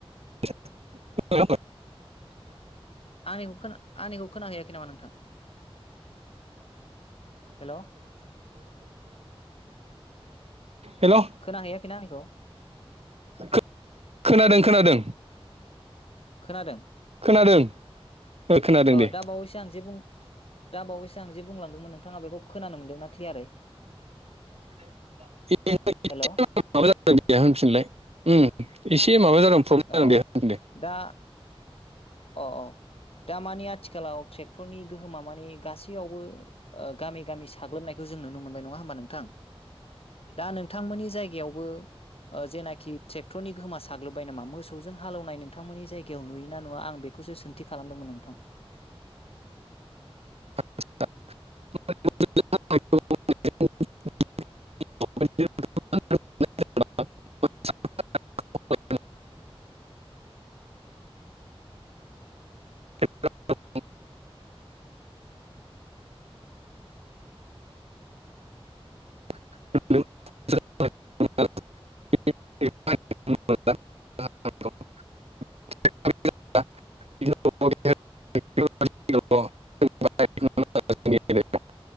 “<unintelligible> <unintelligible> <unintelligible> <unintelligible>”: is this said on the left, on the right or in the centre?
Right